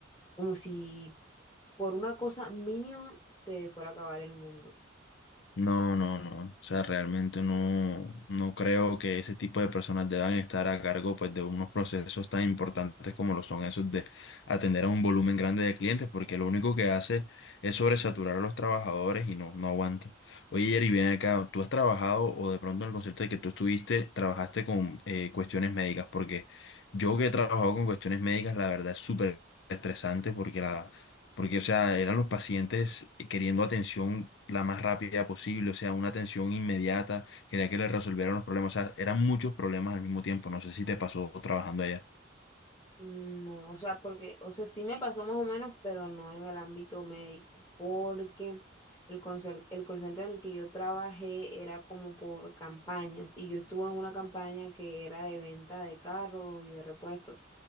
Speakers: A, on the left; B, on the left.
A: como si por una cosa mínima se fuera a acabar el mundo.
B: No, no, no. O sea, realmente no, no creo que ese tipo de personas deban estar a cargo pues, de unos procesos tan importantes como lo son esos de atender a un volumen grande de clientes, porque lo único que hace es sobresaturar a los trabajadores y no, no aguanta. Oye, Jerry, ven acá, ¿tú has trabajado o de pronto en el concepto de que tú estuviste, trabajaste con eh, cuestiones médicas? Porque yo que he trabajado con cuestiones médicas, la verdad es súper estresante porque la porque, o sea, eran los pacientes queriendo atención la más rápida posible, o sea, una atención inmediata, quería que les resolvieran los problemas, o sea, eran muchos problemas al mismo tiempo, no sé si te pasó trabajando allá.
A: No, o sea, porque, o sea, sí me pasó más o menos, pero no en el ámbito médico, porque el concer- el call center en el que yo trabajé era como por campañas y yo estuve en una campaña que era de venta de carros y de repuestos.